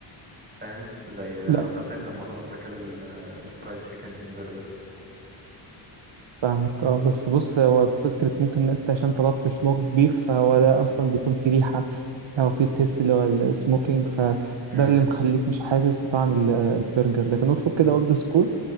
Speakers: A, on the right (about 20°); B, on the right (about 65°).
A: فاهم زي هارت
B: لا
A: اتاك لما طلبنا كده الفرايد تشيكن برجر
B: فاهمك اه بس بص هو فكره ممكن انت عشان طلبت سموك بيف فهو ده اصلا بيكون فيه ريحه او فيه تيست اللي هو السموكينج فده
A: امم
B: اللي مخليك مش حاسس بطعم ال- البرجر لكن اطلب كده اولد سكول